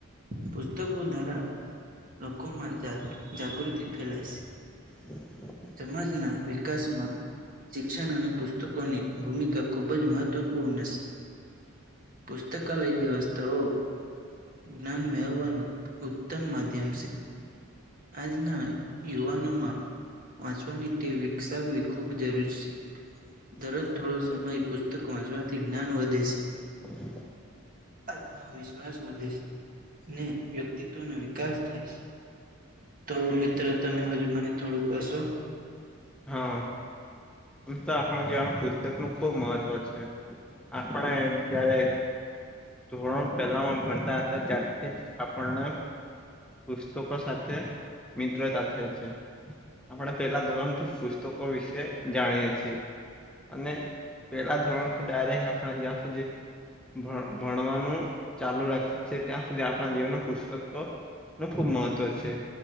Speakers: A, on the right; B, in the centre.
A: પુસ્તકો દ્વારા લોકોમાં જાગ જાગૃતિ ફલાાય છે.
B: <unintelligible>
A: સમાજના વિકાસમાં શિક્ષણ અને પુસ્તકોની ભૂમિકા ખુબ જ મહત્વપૂર્ણ છે. પુસ્તકાલય જે વસ્તુઓ જ્ઞાન મેળવવાનું ઉત્તમ માધ્યમ સે આજના યુવાનોમાં વાંચવાની ટેવ વિકસાવવી ખૂબ જરૂરી છે. દરરોજ થોડો સમય પુસ્તક વાંચવાથી જ્ઞાન વધે છે.
B: <inaudible>
A: આત્મવિશ્વાસ વધે છે, ને વ્યક્તિત્વનો વિકાસ થાય છે. તો મિત્ર તમે હજુ મને તોડુંક કશો?
B: હા. ઓંમ તો આપણે જેવાનું પુસ્તક નું ખુબ મહત્વ છે આપણે જયારે ધોરણ પહેલામાં ભણતા હતા ત્યારથી જ આપણને પુસ્તકો સાથે મિત્રતા થઈ છે. આપણે પેલા ધોરણ થી પુસ્તકો વિશે જાણીએ છીએ. અને પેલા ધોરણથી ડાયરેક્ટ આપણે જ્યાં સુધી ભ ભણવાનું ચાલુ રાખીએ છે ત્યાં સુધી આપણા જીવનમાં પુસ્તકો નું ખુબ મહત્વ છે.